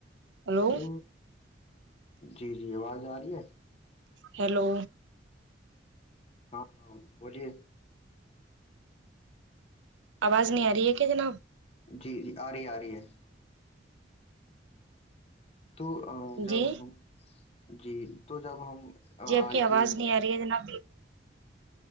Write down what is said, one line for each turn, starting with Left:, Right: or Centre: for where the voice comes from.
Right: ہلو
Left: تو جی جی آواز آ رہی ہے
Right: ہیلو
Left: ہاں ہاں بولیے
Right: آواز نہیں آ رہی ہے کیا جناب
Left: جی جی آ رہی ہے آ رہی ہے تو جب
Right: جی
Left: ہم جی تو جب ہم
Right: جی
Left: آج
Right: آب کی آواز
Left: کے
Right: نہیں آ رہی ہے جناب